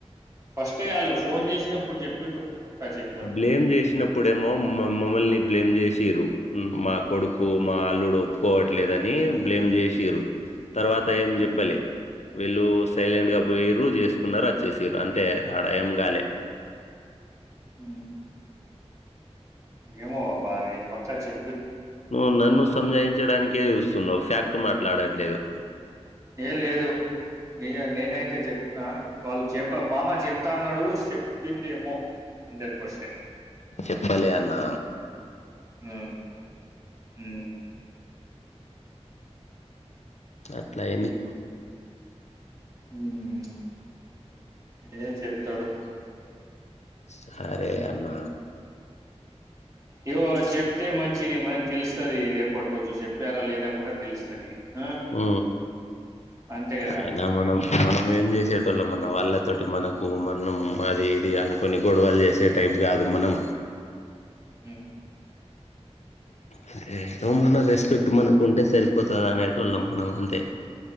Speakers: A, on the right; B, on the left.
A: ఫస్టే వాళ్ళు ఫోన్ చేసినప్పుడు చెప్పిండు పక్కా చెప్తాడు.
B: బ్లేమ్ చేసినప్పుడేమో మమ్మ మమ్మల్ని బ్లేమ్ చేసిరు మా కొడుకు మా అల్లుడు ఒప్పుకోవట్లేదని బ్లేమ్ చేసిరు తర్వాత ఏం
A: హ్మ్.
B: చెప్పలే వీళ్ళు సైలెంట్ గా పోయ్ర జే తీసుకున్నారు వచ్చేసీన్లు అక్కడ అంటే ఆడ ఏం గాలే
A: ఉ ఏమో అబ్బరే పక్క చె
B: నువ్వు నన్ను సంజాయించడానికే చూస్తున్నావు ఫ్యాక్ట్ మాట్లాడట్లేదు ఉ
A: ఏం లేదు న నేనైతే చెప్పిన వాళ్ళు చెప్ప బామ చెప్తా అన్నాడు చెపిండమో హండ్రెడ్ పర్సెంట్
B: చెప్పలి అన్నా
A: ఉ ఉ
B: అట్లా అయ్యింది
A: ఉ ఉ ఏ చెప్తడు
B: సారే అన్న
A: ఇవో చెప్తే మంచిది మనకు తెలుస్తది రేపటి రోజు చెప్పారా లేదా కూడా తెలుస్తది ఆ!
B: ఊ
A: అంతే గదా!
B: అయినా మనం మనం ఏం చేసే తల్లా మన వాళ్ళతోటి మనకు మనం అది ఇది అనుకొని గొడవలు చేసే టైప్ కాదు మనం
A: ఊ
B: హు ఏదో మన రెస్పెక్ట్ మనకు ఉంటే సరిపోతది అనేటోళ్ళం మనం అంతే